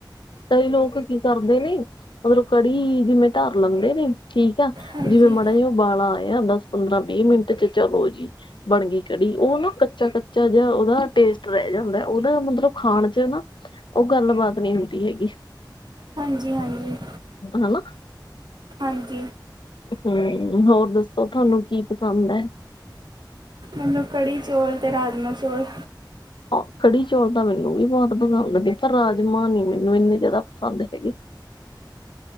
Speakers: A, on the left; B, on the right.
A: ਕਈ ਲੋਕ ਕੀ ਕਰਦੇ ਨੇ ਮਤਲਬ ਕੜੀ ਜਿਵੇਂ ਧਰ ਲੈਂਦੇ ਨੇ ਠੀਕ ਆ।
B: ਹਾਂਜੀ
A: ਜਿਵੇਂ ਮਾੜਾ ਜੀ ਓਵਾਲਾ ਆਇਆ ਦਸ ਪੰਦਰਾਂ ਵੀਹ ਮਿੰਟ ਚ ਚਲੋ ਜੀ। ਬਣ ਗਈ ਕੜੀ ਓ ਨਾ ਕੱਚਾ-ਕੱਚਾ ਜਿਆ ਓਦਾ ਟੇਸਟ ਰਹਿ ਜਾਂਦਾ ਓਦਾ ਮਤਲਬ ਖਾਣ ਚ ਨਾ। ਓ ਗੱਲਬਾਤ ਨੀ ਹੁੰਦੀ ਹੈਗੀ।
B: ਹਾਂਜੀ-ਹਾਂਜੀ।
A: ਹਨਾ।
B: ਹਾਂਜੀ।
A: ਹੂੰ, ਹੋਰ ਦੱਸੋ ਤੁਆਨੂੰ ਕੀ ਪਸੰਦ ਐ।
B: ਮੈਨੂੰ ਕੜੀ-ਚੌਲ ਅਤੇ ਰਾਜਮਾਂ ਚੌਲ।
A: ਹਾਂ ਕੜੀ-ਚੌਲ ਤਾਂ ਮੈਨੂੰ ਵੀ ਬੋਤ ਪਸੰਦ ਨੇ, ਪਰ ਰਾਜਮਾਂ ਨੀ ਮੈਨੂੰ ਏਨੇ ਜਾਦਾ ਪਸੰਦ ਹੈਗੇ।